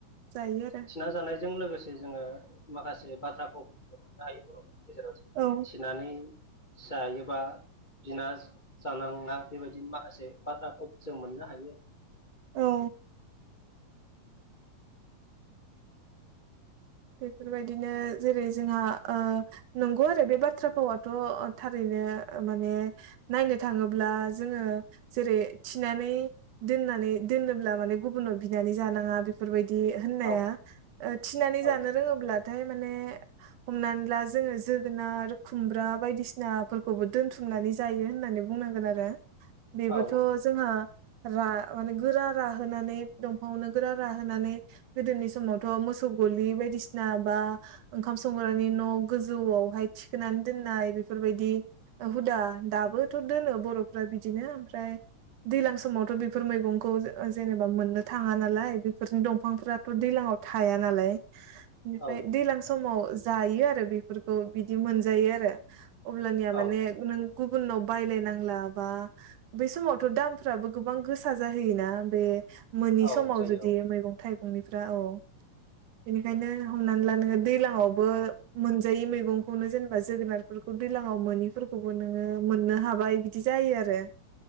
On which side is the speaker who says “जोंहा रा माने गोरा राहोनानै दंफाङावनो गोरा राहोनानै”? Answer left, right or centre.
Right